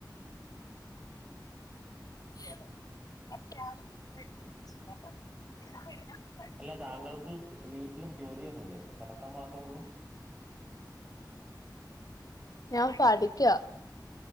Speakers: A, on the left; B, on the right.
A: <inaudible>
B: അല്ല താങ്കൾക്ക് വീട്ടിലും ജോലിയൊന്നുല്ലേ കിടത്തം മാത്രോള്ളൂ
A: ഞാൻ പഠിക്കാ